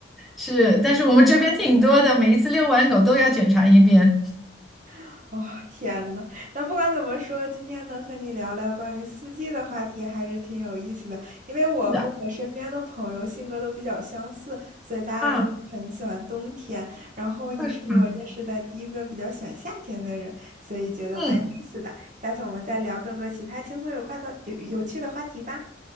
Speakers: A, in the centre; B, on the right (about 40°).
A: 是，但是我们这边挺多的，每一次遛完狗都要检查一遍。
B: <laughs> 哦，天呐，那不管怎么说，今天能和你聊聊关于四季的话题还是挺有意思的，因为我和我身边的朋友性格都比较相似，
A: 是的，
B: 所以大家都很喜欢冬天。
A: 啊，
B: 然后你是我认识的第一个比较喜欢夏天的人，
A: 二十码，
B: 所以觉得蛮有意思的。
A: 嗯，
B: 下次我们再聊更多其他轻松有快的、有有趣的话题吧。